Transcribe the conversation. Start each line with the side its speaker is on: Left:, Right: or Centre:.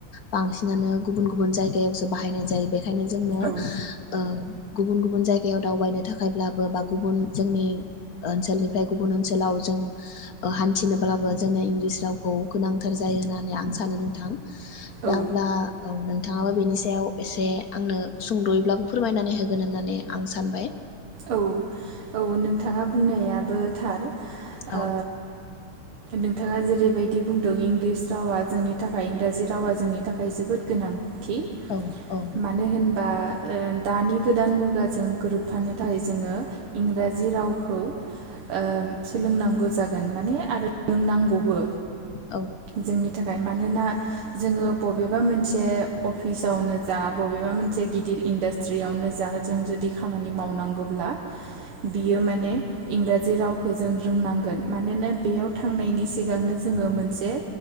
Left: बांसिनानो गुबुन गुबुन जायगायावसो बाहायनाय जायो बेखायनो जोंनो
Right: औ
Left: ह ओ गुबुन गुबुन जायगायाव दावबायनो थाखायब्लाबो बा गुबुन जोंनि ओनसोलनिफ्राय गुबुन ओनसोलाव जों ओ हान्थिनोब्लाबो जोंनो इंलिस रावखौ गोनांथार जायो होननानै आं सानो नोंथां दा
Right: औ
Left: अब्ला औ नों थाङा बेनि सायाव एसे आंनो सुंद'यैब्लाबो फोरमायनानै होगोन होननानै आं सानबाय
Right: औ औ नोंथाङा बुंनायाबो थार ओ
Left: औ
Right: नोंथाङा जेरैबायदि बुंदों इंलिस रावा जोंनि थाखाय इंराजि रावा जोंनि थाखाय जोबोद गोनां थि
Left: औ औ
Right: मानो होन बा ओ दानि गोदान मुगाजों गोरोबफानो थाय जोङो इंराजि रावखौ ओ सोलोंनांगौ जा गोन माने आरो रोंनांगौबो
Left: औ
Right: जोंनि थाखाय मानोना जोङो बबेबा मोनसे अफिसावनो जा बबेबा मोनसे गिदिर इन्डास्ट्रियावनो जा जों जुदि खामानि मावनां गोब्ला बियो माने। इंराजि रावखौ जों रोंनांगोन मानोना बेयाव थांनायनि सिगांनो जोङो मोनसे